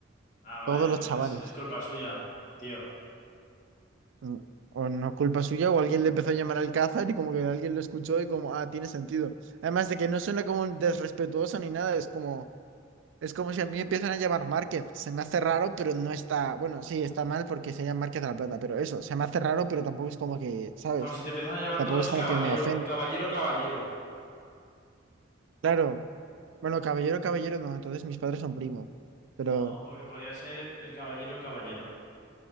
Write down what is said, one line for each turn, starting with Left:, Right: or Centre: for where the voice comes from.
Left: Ah, vale,
Right: todos
Left: entonces
Right: los chavales.
Left: es culpa suya, tío.
Right: Mm, O no culpa suya, o alguien le empezó a llamar Alcázar y como que alguien lo escuchó y como, ah, tiene sentido. Además de que no suena como un desrespetuoso ni nada, es como... Es como si a mí empiezan a llamar Márquez. Se me hace raro, pero no está. Bueno, sí, está mal porque se llama Márquez de la Plata, pero eso, se me hace raro, pero tampoco es como que, ¿sabes?
Left: Como si te empiezan a llamar
Right: Tampoco
Left: todos
Right: es como
Left: caballero,
Right: que me ofende.
Left: caballero, caballero.
Right: Claro. Bueno, caballero, caballero, no, entonces mis padres son primos. Pero
Left: No, porque podría ser el caballero, caballero.